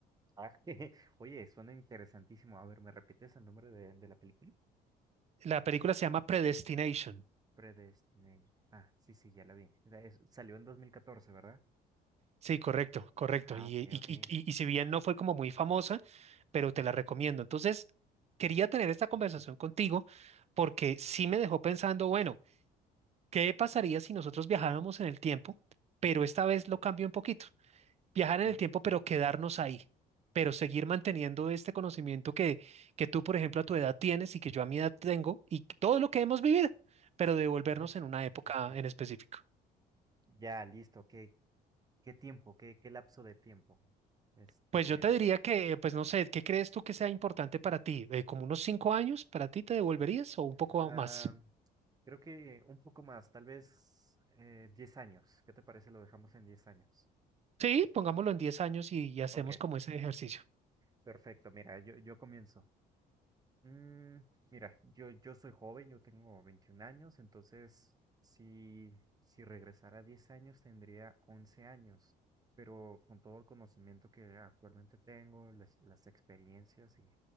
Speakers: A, on the right; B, on the right.
A: Ah, <laughs> Oye, suena interesantísimo. A ver, ¿me repites el nombre de, de la película?
B: La película se llama Predestination.
A: Predestination. Ah, sí, sí, ya la vi. La- es- salió en 2014, ¿verdad?
B: Sí, correcto, correcto.
A: Ah,
B: Y,
A: ok,
B: y,
A: ok.
B: y, y y si bien no fue como muy famosa, pero te la recomiendo. Entonces, quería tener esta conversación contigo porque sí me dejó pensando, bueno, ¿Qué pasaría si nosotros viajáramos en el tiempo, pero esta vez lo cambio un poquito? Viajar en
A: sí,
B: el tiempo, pero quedarnos ahí, pero seguir manteniendo este conocimiento que, que tú, por ejemplo, a tu edad tienes y que yo a mi edad tengo y que- todo lo que hemos vivido, pero devolvernos
A: Ajá,
B: en una época
A: ok.
B: en específico.
A: Ya, listo, ok. ¿Qué tiempo? ¿Qué, qué lapso de tiempo? Este,
B: Pues yo te diría que, pues no sé, ¿qué crees tú que sea importante para ti? Eh, ¿como unos cinco años para ti te devolverías o un poco
A: ah,
B: más?
A: creo que un poco más, tal vez eh, 10 años. ¿Qué te parece? Lo dejamos en 10 años.
B: Sí, pongámoslo en diez años y, y hacemos
A: Ok,
B: como ese ejercicio.
A: perfecto. Mira, yo, yo comienzo. Mm, mira, yo, yo soy joven, yo tengo 21 años, entonces si, si regresara 10 años tendría 11 años, pero con todo el conocimiento que actualmente tengo, las, las experiencias y,